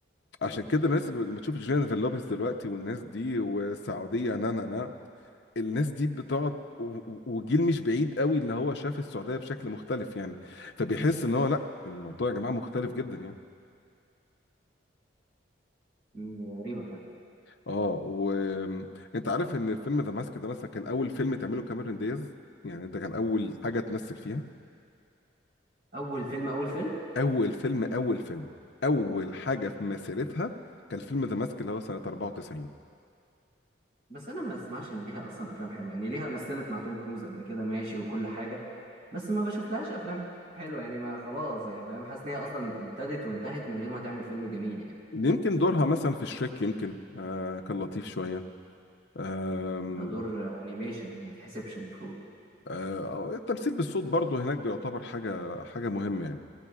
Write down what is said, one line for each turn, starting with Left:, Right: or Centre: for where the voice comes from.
Left: عشان كده الناس اللي لما تشوف جينيفر لوبيز دلوقتي والناس دي والسعوديه نا نا نا الناس دي بتقعد و- و- وجيل مش بعيد قوي اللي هو شاف السعودية بشكل مختلف يعني فبيحس ان هو لا الموضوع يا جماعة مختلف جدا يعني
Right: مم، غريبة فعلا
Left: اه وانت عارف ان فيلم ذا ماسك ده مثلا كان اول فيلم تعمله كاميرون دياز يعني ده كان اول حاجة تمثل فيها
Right: أول فيلم أول فيلم
Left: اول فيلم اول فيلم اول حاجة في مسيرتها كان فيلم ذا ماسك اللي هو سنة 94
Right: بس أنا ما أسمعش إن ليها أصلا أفلام حلوة يعني ليها مثلت مع توم كروز قبل كده ماشي وكل حاجة بس ما بشوف لهاش أفلام حلوة يعني ما خلاص يعني فاهم حاسس إن هي أصلا ابتدت وانتهت من غير ما تعمل فيلم جميل يعني
Left: يمكن دورها مثلا في الشريك يمكن آه كان لطيف شوية آم،
Right: ده دور آه، أنيميشن ما يتحسبش المفروض
Left: آه التمثيل بالصوت برضو هناك بيعتبر حاجة حاجة مهمة يعني